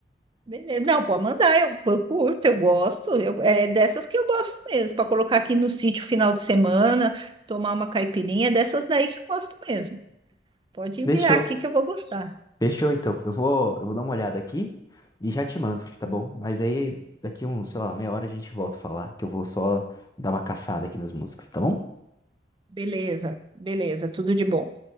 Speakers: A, on the right; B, on the left.
A: beleza. Não, pode mandar, eu, eu curto, eu gosto, eu- é dessas que eu gosto mesmo, para colocar aqui no sítio final de semana, tomar uma caipirinha, é dessas daí que eu gosto mesmo. Pode enviar
B: Fechou.
A: aqui que eu vou gostar.
B: Fechou, então. Eu vou, eu vou dar uma olhada aqui e já te mando, tá bom? Mas aí daqui um, sei lá, meia hora a gente volta a falar, que eu vou só dar uma caçada aqui nas músicas, tá bom?
A: Beleza, beleza, tudo de bom.